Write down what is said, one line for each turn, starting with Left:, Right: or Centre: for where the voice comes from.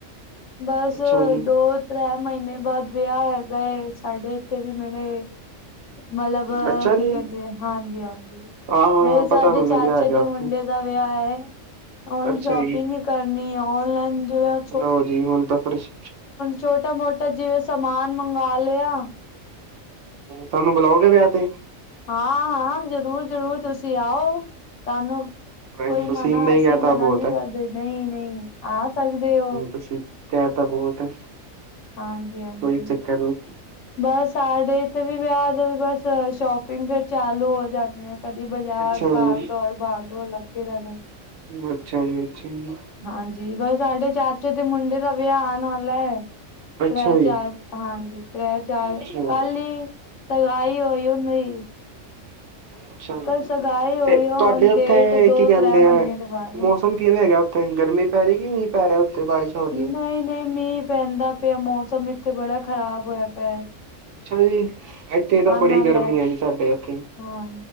Left: ਬਸ
Right: ਅੱਛਾ ਜੀ
Left: ਦੋ ਤ੍ਰੈ ਮਹੀਨੇ ਬਾਅਦ ਵਿਆਹ ਹੈਗਾ ਏ ਸਾਡੇ ਇੱਥੇ ਵੀ ਮੇਰੇ ਮਲਬ
Right: ਅੱਛਾ
Left: ਕੀ
Right: ਜੀ
Left: ਕਹਿੰਦੇ ਹਾਂਜੀ ਹਾਂਜੀ
Right: ਹਾਂ ਹਾਂ
Left: ਮੇਰੇ ਸਾਡੇ
Right: ਪਤਾ ਮੈਨੂੰ
Left: ਚਾਚੇ
Right: ਲਿਆ ਗਿਆ
Left: ਦੇ
Right: ਉੱਥੇ
Left: ਮੁੰਡੇ ਦਾ ਵਿਆਹ ਐ, ਹੁਣ
Right: ਅੱਛਾ
Left: ਸ਼ੋਪਿੰਗ ਈ ਕਰਨੀ ਏ ਔਨਲਾਈਨ ਜਿਵੇਂ
Right: ਲੋ ਜੀ ਹੁਣ ਤਾਂ ਫਿਰਸ਼
Left: ਛੋਟਾ ਮੋਟਾ ਜਿਵੇਂ ਸਮਾਨ ਮੰਗਾ ਲਿਆ।
Right: ਸਾਨੂੰ ਬੁਲਾਓਗੇ ਵਿਆਹ ਤੇ
Left: ਹਾਂ ਹਾਂ ਜ਼ਰੂਰ ਜ਼ਰੂਰ ਤੁਸੀਂ ਆਓ ਤਾਨੂੰ ਕੋਈ
Right: ਨੀ ਤੁਸੀਂ
Left: ਮਨਾ
Right: ਇੰਨਾ ਹੀ
Left: ਅਸੀਂ
Right: ਕਹਿ ਤਾ
Left: ਮਨਾ
Right: ਬਹੁਤ
Left: ਨਹੀਂ
Right: ਹੈ
Left: ਕਰਦੇ ਨਈ ਨਈ ਆ ਸਕਦੇ ਓ।
Right: ਤੁਸੀਂ ਕਹਿ ਤਾ ਬਹੁਤ ਏ
Left: ਹਾਂਜੀ ਹਾਂਜੀ।
Right: ਕੋਈ ਚੱਕਰ ਨੀ।
Left: ਬਸ ਸਾਡੇ ਇੱਥੇ ਵੀ ਵਿਆਹ ਦੇ ਬਸ ਸ਼ੋਪ ਫੇਰ ਚਾਲੂ ਹੋ ਜਾਂਨੀ ਆ ਕਦੀ ਬਾਜ਼ਾਰ
Right: ਅੱਛਾ
Left: ਭਾਗ
Right: ਜੀ
Left: ਦੌੜ ਭਾਗ ਦੌੜ ਲੱਗੇ ਰਹਿਣੇ।
Right: ਅੱਛਾ ਜੀ ਅੱਛਾ ਜੀ
Left: ਹਾਂਜੀ ਬਸ ਸਾਡੇ ਚਾਚੇ ਤੇ ਮੁੰਡੇ ਦਾ ਵਿਆਹ ਆਣ ਵਾਲਾ ਐ
Right: ਅੱਛਾ
Left: ਤ੍ਰੈ
Right: ਜੀ
Left: ਚਾਰ ਹਾਂਜੀ ਤ੍ਰੈ ਚਾਰ
Right: ਅੱਛਾ
Left: ਕੱਲ ਹੀ ਸਗਾਈ ਹੋਈ ਉਨ ਹੀ।
Right: ਅੱਛਾ
Left: ਸਗਾਈ ਹੋਈ
Right: ਤੇ
Left: ਆ ਹੁਣ
Right: ਤੁਹਾਡੇ ਉੱਥੇ
Left: ਡੇਟ ਦੋ
Right: ਕੀ ਕਹਿੰਦੇ
Left: ਤ੍ਰੈ ਮਹੀਨੇ
Right: ਐਂ
Left: ਦੇ ਬਾਅਦ।
Right: ਮੌਸਮ ਕਿਵੇਂ ਹੈਗਾ ਉੱਥੇ ਗਰਮੀ ਪੈ ਰੀ ਕਿ ਮੀਂਹ ਪੈ ਰਿਹਾ ਉਥੇ ਬਾਰਿਸ਼ ਹੋ ਰੀ ਏ।
Left: ਨਹੀਂ ਨਹੀਂ ਮੀਂਹ ਪੈਂਦਾ ਪਿਆ ਮੌਸਮ ਇੱਥੇ ਬੜਾ ਖ਼ਰਾਬ ਹੋਇਆ ਪਿਐ।
Right: ਅੱਛਾ ਜੀ ਇੱਥੇ ਤਾਂ ਬੜੀ
Left: ਨਾਲ
Right: ਗਰਮੀ
Left: ਲੈ
Right: ਐ ਜੀ ਸਾਡੇ ਇੱਥੇ
Left: ਹਾਂ